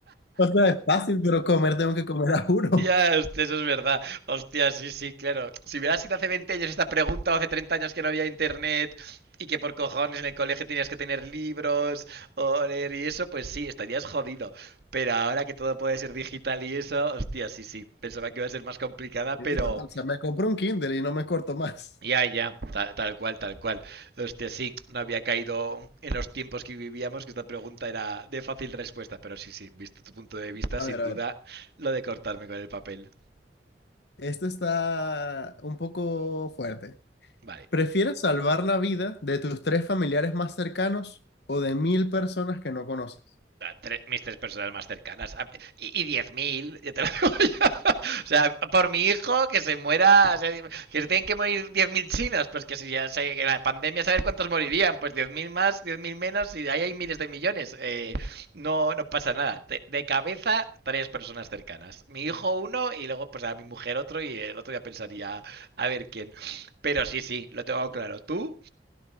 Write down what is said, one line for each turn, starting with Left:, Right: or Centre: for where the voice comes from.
Left: O sea, es fácil, pero comer tengo que comer a juro.
Right: Ya, hostia, eso es verdad. Hostia, sí, sí, claro. Si hubiera sido hace 20 años esta pregunta o hace 30 años que no había internet y que por cojones en el colegio tenías que tener libros o leer y eso, pues sí, estarías jodido. Pero ahora que todo puede ser digital y eso, hostia, sí, sí. Pensaba que iba a ser más complicada,
Left: Sí,
Right: pero
Left: total. O sea, me compro un Kindle y no me corto más.
Right: ya, ya, ta- tal, cual, tal cual. Hostia, sí, no había caído en los tiempos que vivíamos que esta pregunta era de fácil respuesta, pero sí, sí, visto tu punto de vista,
Left: A
Right: sin
Left: ver,
Right: duda,
Left: a ver.
Right: lo de cortarme con el papel.
Left: Esto está un poco fuerte.
Right: Vale.
Left: ¿Prefieres salvar la vida de tus tres familiares más cercanos o de mil personas que no conoces?
Right: tres- mis tres personas más cercanas. Y, 10.000 ya te lo digo yo. <laughs> O sea, por mi hijo, que se muera, o sea, que se tienen que morir 10.000 chinos, pues que si ya se, que la pandemia, saber cuántos morirían, pues 10.000 más, 10.000 menos, y ahí hay miles de millones. Eh, no, no pasa nada. De, de cabeza, tres personas cercanas. Mi hijo uno, y luego pues a mi mujer otro, y el otro ya pensaría a ver quién. Pero sí, sí, lo tengo claro. ¿Tú?